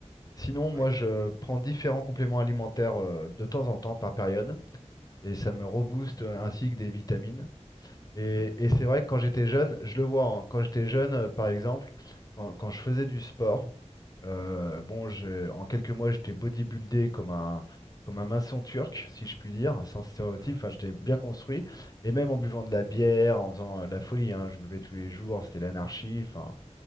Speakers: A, on the left; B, on the right.
A: Sinon, moi
B: Ouais.
A: je prends différents compléments alimentaires euh, de temps en temps par période. et ça me rebooste ainsi que des vitamines. Et,
B: Mhm.
A: et c'est vrai que quand j'étais jeune, je le vois, hein, quand j'étais jeune, euh, par exemple, quand, quand je faisais du sport, euh, bon, je- en quelques mois, j'étais bodybuildé comme un, comme un maçon turc, si je puis dire, sans stéréotype,
B: Mhm,
A: enfin, j'étais bien construit, et même en buvant de la bière, en faisant euh, la folie, hein, je buvais tous les jours, c'était l'anarchie, enfin.